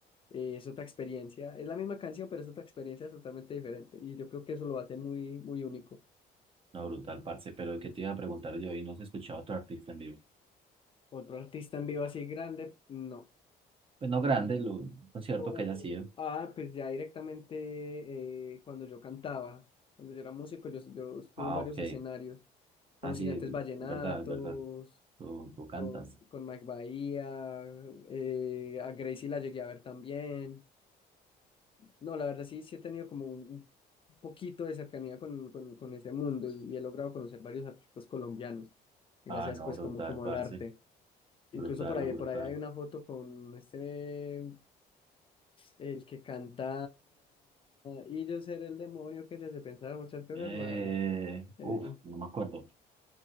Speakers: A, on the left (about 30°); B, on the right (about 35°).
A: eh, es otra experiencia. Es la misma canción, pero es otra experiencia totalmente diferente. Y yo creo que eso lo hace muy, muy único.
B: No, brutal, parce. Pero ¿qué te iba a preguntar yo? Y no has escuchado otro artista en vivo.
A: Otro artista en vivo así grande, no.
B: Pues no grande, lo, un concierto
A: Oh,
B: que haya sido.
A: ah, pues ya directamente eh, cuando yo cantaba, cuando yo era músico, yo, yo estuve
B: Ah,
A: en varios
B: ok.
A: escenarios, con
B: Ah,
A: los
B: sí,
A: Gigantes
B: es
A: Vallenatos,
B: verdad, es verdad. Tú, tú cantas.
A: con, con Mike Bahía, eh, a Gracie la llegué a ver también. No, la verdad sí, sí he tenido como un un poquito de cercanía con, con, con ese mundo y, y he logrado conocer varios artistas colombianos, gracias
B: Ah, no,
A: pues
B: brutal,
A: como, como al
B: parce.
A: arte. Incluso
B: Brutal,
A: por ahí,
B: lo brutal.
A: por ahí hay una foto con este... El que canta y yo seré el demonio que se te pensaba muchas cosas
B: Eh,
A: malas. Eh,
B: uf, no me acuerdo.